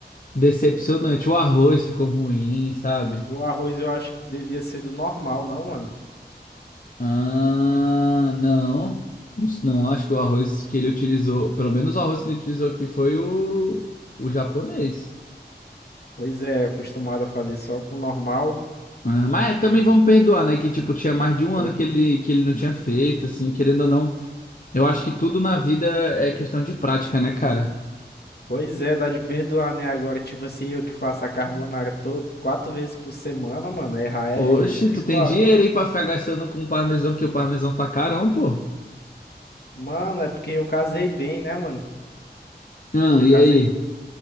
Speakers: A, on the left; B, on the left.
A: decepcionante. O arroz ficou ruim, sabe?
B: E o arroz eu acho que devia ser do normal, não, mano?
A: Ah, não. Não, acho que o arroz que ele utilizou, pelo menos o arroz que ele utilizou aqui foi o, o japonês.
B: Pois é, acostumado a fazer só com o normal.
A: Ah, mas também vamos perdoar, né? Que tipo, tinha mais de um ano
B: É.
A: que ele, que ele não tinha feito, assim, querendo ou não. Eu acho que tudo na vida é questão de prática, né, cara?
B: Pois é, dá de perdoar, né? Agora, tipo assim, eu que faço a carbonara todo, quatro vezes por semana, mano, errar é
A: Oxe,
B: imperdoável.
A: tu tem dinheiro aí pra ficar gastando com o parmesão, porque o parmesão tá carão, pô.
B: Mano, é porque eu casei bem, né, mano?
A: Ah,
B: Eu
A: e
B: casei,
A: aí?